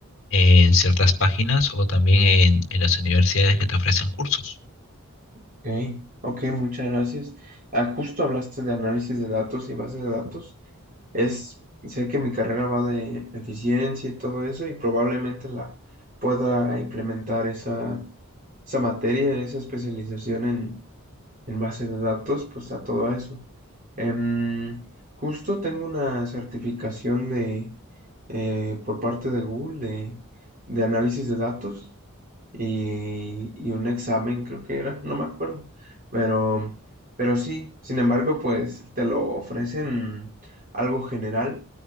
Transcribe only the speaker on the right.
ok, ok, muchas gracias. Ah, justo hablaste de análisis de datos y base de datos. Es, sé que mi carrera va de eficiencia y todo eso y probablemente la pueda implementar esa, esa materia, esa especialización en en base de datos, pues a todo eso. Em, justo tengo una certificación de, eh, por parte de Google de, de análisis de datos y, y un examen, creo que era, no me acuerdo, pero, pero sí, sin embargo, pues te lo ofrecen algo general